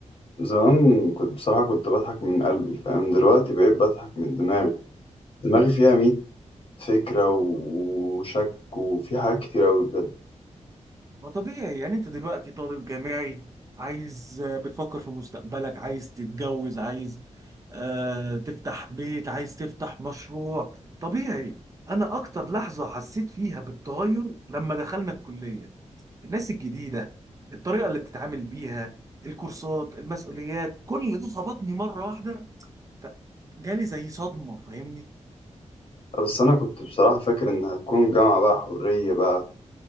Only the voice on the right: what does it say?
ما طبيعي يعني انت دلوقتي طالب جامعي عايز آه، بتفكر في مستقبلك عايز تتجوز عايز آه تفتح بيت عايز تفتح مشروع طبيعي انا اكتر لحظة حسيت فيها بالتغير لما دخلنا الكلية الناس الجديدة الطريقة اللي بتتعامل بيها الكورسات المسؤوليات كل ده خبطني مرة واحدة فجالي زي صدمة فاهمني